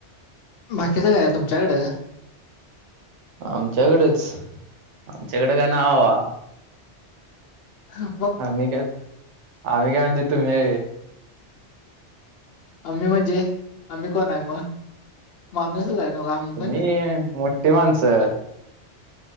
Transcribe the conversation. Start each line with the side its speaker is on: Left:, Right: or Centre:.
Left: बाकीचं काय तुमच्याकडें?
Right: आमच्याकडेच आमच्याकडे काय ना बाबा
Left: हा
Right: आम्ही काय आम्ही काय म्हणजे तुम्ही
Left: आम्ही म्हणजे आम्ही कोण आहे मग माणूसच आहे. ना आम्ही
Right: तुम्ही
Left: पण
Right: मोठी माणसं.